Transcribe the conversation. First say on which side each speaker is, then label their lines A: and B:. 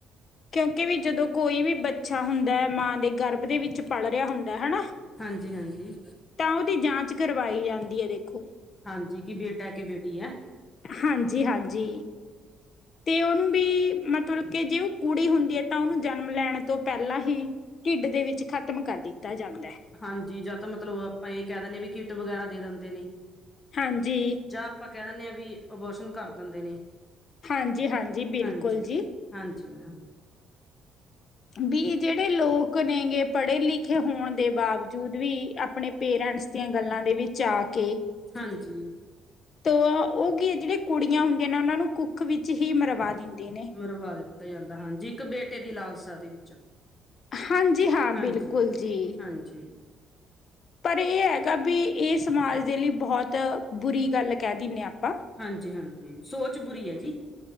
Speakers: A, on the left; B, on the left.
A: ਕਿਉਂਕਿ ਵੀ ਜਦੋਂ ਕੋਈ ਵੀ ਬੱਚਾ ਹੁੰਦਾ ਮਾਂ ਦੇ ਗਰਭ ਦੇ ਵਿੱਚ ਪਲ੍ਹ ਰਿਹਾ ਹੁੰਦਾ ਹਨਾ। <unintelligible>
B: ਹਾਂਜੀ ਹਾਂਜੀ
A: ਤਾਂ ਉਹਦੀ ਜਾਂਚ ਕਰਵਾਈ ਜਾਂਦੀ ਹੈ ਦੇਖੋ।
B: ਹਾਂਜੀ, ਕਿ ਬੇਟਾ ਕਿ ਬੇਟੀ ਹੈ।
A: ਹਾਂਜੀ, ਹਾਂਜੀ ਤੇ ਉਹਨੂੰ ਵੀ ਮਤਲਬ ਕਿ ਜੇ ਉਹ ਕੁੜੀ ਹੁੰਦੀ ਹੈ, ਤਾਂ ਉਹਨੂੰ ਜਨਮ ਲੈਣ ਤੋਂ ਪਹਿਲਾਂ ਹੀ ਢਿੱਡ ਦੇ ਵਿੱਚ ਖ਼ਤਮ ਕਰ ਦਿੱਤਾ ਜਾਂਦਾ ਹੈ।
B: ਹਾਂਜੀ ਜਾਂ ਤਾਂ ਮਤਲਬ ਆਪਾਂ ਇਹ ਕਹਿ ਦਿੰਦੇ ਵੀ ਕਿੱਟ ਵਗੈਰਾ ਦੇ ਦਿੰਦੇ ਨੇ
A: ਹਾਂਜੀ।
B: ਜਾਂ ਆਪਾਂ ਕਹਿ ਦਿੰਦੇ ਹਾਂ ਵੀ, ਅਬੋਸ਼ਨ ਕਰ ਦਿੰਦੇ ਨੇ
A: ਹਾਂਜੀ, ਹਾਂਜੀ ਬਿਲਕੁਲ
B: ਹਾਂਜੀ
A: ਜੀ।
B: ਹਾਂਜੀ ਮੈਮ।
A: ਵੀ ਜਿਹੜੇ ਲੋਕ ਨੇਗੇ, ਪੜ੍ਹੇ ਲਿਖੇ ਹੋਣ ਦੇ ਬਾਵਦ ਜੂਦ ਵੀ, ਆਪਣੇ ਪੇਰੈਂਟਸ ਦੀਆਂ ਗੱਲਾਂ ਦੇ ਵਿੱਚ ਆ ਕੇ
B: ਹਾਂਜੀ।
A: ਤੋ ਉਹ ਗ, ਜਿਹੜੇ ਕੁੜੀਆਂ ਹੁੰਦੀਆਂ ਨੇ ਉਹਨਾਂ ਨੂੰ ਕੁੱਖ ਵਿੱਚ ਹੀ ਮਰਵਾ ਦਿੰਦੇ ਨੇ
B: ਮਰਵਾ ਦਿੱਤਾ ਜਾਂਦਾ, ਹਾਂਜੀ ਇੱਕ ਬੇਟੇ ਦੀ ਲਾਲਸਾ ਦੇ ਵਿੱਚ
A: ਹਾਂਜੀ ਹਾਂ
B: ਹਾਂਜੀ,
A: ਬਿਲਕੁਲ ਜੀ।
B: ਹਾਂਜੀ
A: ਪਰ ਇਹ ਹੈਗਾ ਵੀ, ਇਹ ਸਮਾਜ ਦੇ ਲਈ ਬਹੁਤ, ਬੁਰੀ ਗੱਲ ਕਹਿ ਦਿੰਨੇ ਹਾਂ ਆਪਾਂ
B: ਹਾਂਜੀ ਹਾਂਜੀ ਸੋਚ ਬੁਰੀ ਹੈ। ਜੀ